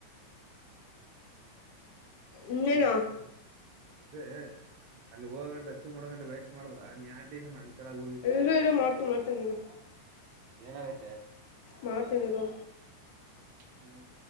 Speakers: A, on the left; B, on the right.
A: ಇನ್ನೇನು
B: ಏನ್ <inaudible> ಅದೇ ಅಲ್ಲಿ ಹೋಗ ಗಂಟ ಅಚೀವ್ ಮಾಡ ಗಂಟ ವೈಟ್ ಮಾಡಿದ್ರ ಯಾರ್. ಅಂಕಲ್ ಆಗಿರ್ತೀನಿ
A: ಇರು ಇರು ಮಾಡ್ತೀನಿ ಮಾಡ್ತೀನಿ ಇರು
B: ಏನಾಗೈತೆ.
A: ಮಾಡ್ತೀನಿ ಇರು.
B: ಹ್ಮ್.